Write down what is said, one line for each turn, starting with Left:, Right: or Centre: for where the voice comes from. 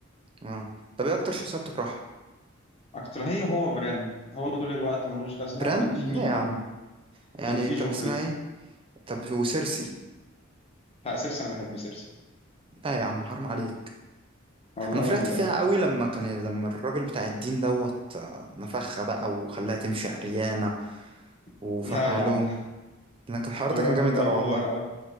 Right: اه طب ايه اكتر شخصية بتكرهها
Left: أكتر هي وهو بران هو طول الوقت ملوش لازمة
Right: بران
Left: وكان في
Right: لا
Left: مين
Right: يا
Left: تاني
Right: عم يعني
Left: كان في
Right: طب
Left: جوفري
Right: اسمها ايه طب وسيرسي
Left: لا سيرسي أنا بحب سيرسي
Right: لا يا عم حرام عليك
Left: والله
Right: انا فرحت
Left: جامدة
Right: فيها
Left: أوي
Right: قوي لما كان لما الراجل بتاع الدين دوت آه، نفخها بقى وخلاها تمشي عريانة
Left: <laughs>
Right: وفرقع
Left: لا يا
Right: لهم
Left: عم
Right: لكن الحوار
Left: الراجل
Right: ده كان جامد
Left: ده
Right: قوي
Left: أوفر
Right: والله
Left: أوي